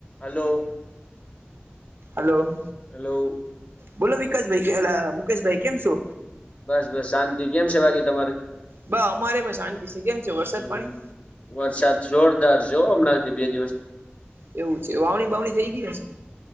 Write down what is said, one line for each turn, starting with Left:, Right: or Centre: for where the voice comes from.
Left: Hello
Right: hello.
Left: Hello.
Right: બોલો વિકાસભાઈ કેલા મુકેશભાઈ કેમ છો?
Left: બસ બસ શાંતિ કેમ છે બાકી તમારે
Right: બ અમારે પણ શાંતિ છે. કેમ છે વરસાદ
Left: હમ
Right: પાણી
Left: વરસાદ જોરદાર જોવ હમણાં બે દિવસ
Right: એવું. છે વાવણી બાવણી થઈ ગઈ હશે